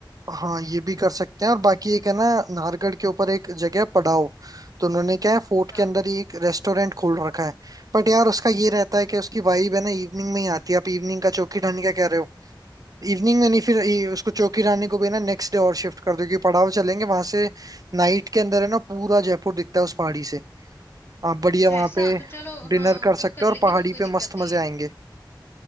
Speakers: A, on the right (about 45°); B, on the left (about 30°).
A: हाँ ये भी कर सकते हैं और बाकी एक है ना नाहरगढ़ के ऊपर एक जगह है, पड़ाव तो उन्होंने क्या है फोर्ट
B: हाँ
A: के अंदर ही एक रेस्टोरेंट खोल रखा है बट यार उसका ये
B: हम्म
A: रहता है कि उसकी वाइब है ना इवनिंग में ही आती है आप इवनिंग का चौकी ढाणी का कह रहे हो इवनिंग में नहीं फिर ये- उसको चौकी ढाणी को भी ना नेक्स्ट डे और शिफ्ट कर दो क्योंकि पड़ाव चलेंगे वहां से नाइट के अंदर है ना पूरा जयपुर दिखता है उस पहाड़ी से आप बढ़िया
B: अच्छा
A: वहां
B: ऐसा
A: पे
B: तो चलो
A: डिनर
B: हाँ
A: कर
B: वो
A: सकते
B: कर लेंगे
A: हो और पहाड़ी
B: तो कोई
A: पे
B: दिक्कत
A: मस्त
B: नहीं
A: मजे
B: है
A: आएंगे